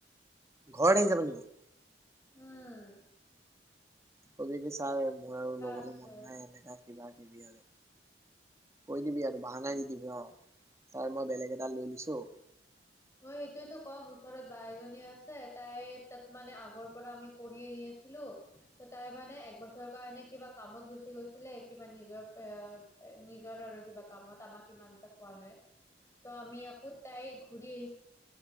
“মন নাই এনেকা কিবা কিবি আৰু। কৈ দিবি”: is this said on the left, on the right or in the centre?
Right